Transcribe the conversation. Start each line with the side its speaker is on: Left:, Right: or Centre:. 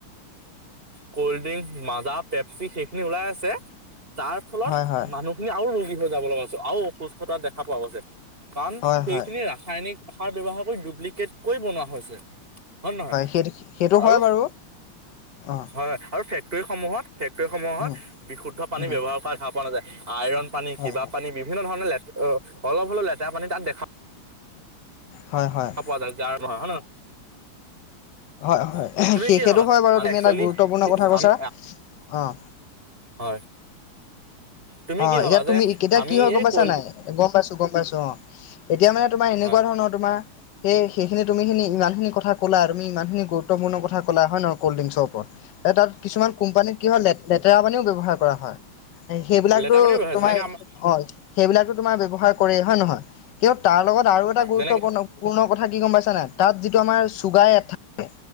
Right: কল্ড ড্ৰিংক মাজা পেপচি সেইখিনি ওলাই আছে তাৰ ফলত
Left: হয় হয়
Right: মানুহখিনি আৰু ৰোগী হৈ যাব লগাছে আৰু অসুস্থতা দেখা পোৱা গৈছে কাৰণ
Left: হয়
Right: সেইখিনি
Left: হয়
Right: ৰাসায়নিক সাৰ ব্যৱহাৰ কৰি ডুপ্লিকেটকৈ বনোৱা হৈছে হয় নহয়
Left: সেইটো সেইটো
Right: আৰু
Left: হয় বাৰু অ
Right: হয় হয় আৰু ফেক্টৰীসমূহত ফেক্টৰীসমূহত
Left: উম
Right: বিশুদ্ধ পানী
Left: উম
Right: ব্যৱহাৰ কৰা দেখা পোৱা নাযায় আইৰন পানী
Left: হয়
Right: কিবা
Left: হয়
Right: পানী বিভিন্ন ধৰণৰ লে অলপ হলেও লেতেৰা পানী তাত দেখা
Left: হয় হয়
Right: অ পোৱা যায় আৰু হয় নে নহয়
Left: হয়
Right: উ
Left: হয়
Right: তুমি
Left: সেই
Right: কি
Left: সেইটো
Right: ভাবা
Left: হয় বাৰু
Right: আমি
Left: তুমি
Right: একচলি
Left: এটা গুৰুত্বপূৰ্ণ কথা কৈছা
Right: আমি
Left: অ',
Right: হয় তুমি
Left: অ
Right: কি ভাবা
Left: এতিয়া
Right: যে
Left: তুমি কেতিয়া
Right: আমি
Left: কি হয়
Right: এই
Left: গম পাইছা
Right: কল
Left: নাই গম গম পাইছো গম পাইছো অ এতিয়া মানে তোমাৰ এনেকোৱা
Right: হয়
Left: ধৰণৰ তোমাৰ সেই সেইখিনি তুমি খিনি যিমানখিনি কথা কলা তুমি ইমানখিনি গুৰুত্বপূৰ্ণ কথা কলা হয় নহয় কল্ড্ৰিংছৰ ওপৰত তাত কিছুমান কোম্পানীত কি হয় লেতেৰা পানীও ব্যৱহাৰ কৰা হয় সেইবিলাকতো
Right: লেতেৰা পানী ব্যৱহাৰ
Left: তোমাৰ
Right: যেনেকে আমাৰ
Left: অ সেইবিলাকতো তোমাৰ ব্যৱহাৰ কৰে হয় নহয় কিয় তাৰ লগত আৰু এটা গুৰুত্বপূৰ্ণ
Right: যেনেকে
Left: পূৰ্ণ কথা কি গম পাইছা নাই তাত যিটো আমাৰ চুগাৰ থাকে